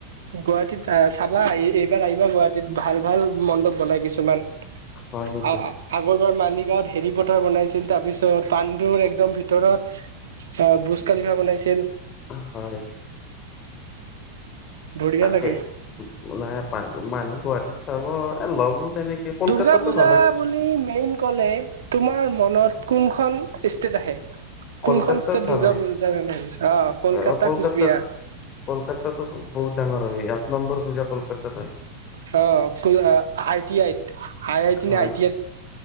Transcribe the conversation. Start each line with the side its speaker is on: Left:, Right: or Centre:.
Right: গুৱাহাটীত আহ চাবা আহি এইবাৰ আহিবা গুৱাহাটীত ভাল ভাল মণ্ডপ বনাই কিছুমান।
Left: হয়
Right: <inaudible>
Left: নেকি
Right: আগৰবাৰ মালিগাঁত হেৰি প'টাৰ বনাইছিল তাৰপিছত পাণ্ডুৰ একদম ভিতৰত অ', ব্ৰুজ খালিফা বনাইছিল।
Left: অ', হয়।
Right: বঢ়িয়া
Left: তাতে
Right: লাগে
Left: নে পাণ্ডু মানুহ গুৱাহাটীত চাব এ লগো তেনেকে কলকাতাতো
Right: দুৰ্গা পূজা
Left: ভাল হয়
Right: বুলি মেইন ক'লে তোমাৰ মনত কোনখন ষ্টেট আহে?
Left: কলকাতাত
Right: কোনখন ষ্টেট
Left: ভাল
Right: দুৰ্গা
Left: হয়
Right: পূজা আহ কলকাতা
Left: অ কলকাতাত
Right: কোচবিহাৰ!
Left: কলকাতাতো বহুত ডাঙৰ হয় এক নম্বৰ পূজা কলকাত হয়।
Right: অ', কো আই টি আইত। আই আই টি
Left: হয়